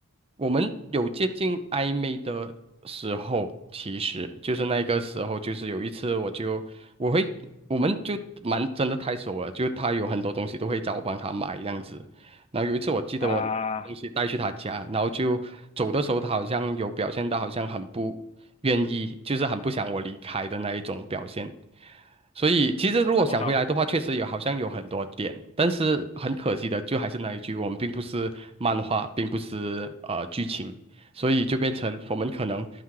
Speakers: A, on the right; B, on the left.
A: 我们有接近暧昧的时候，其实就是那个时候，就是有一次我就我会我们就蛮真的太熟了，就他有很多东西都会找我帮他买这样子。然后有一次我记得我东西带去他家，
B: 啊，
A: 然后就走的时候，他好像有表现到好像很不愿意，就是很不想我离开的那一种表现。所以其实如果想回来的话，
B: 多少？
A: 确实有好像有很多点，但是很可惜的，就还是那一句，我们并不是漫画，并不是呃剧情，所以就变成我们可能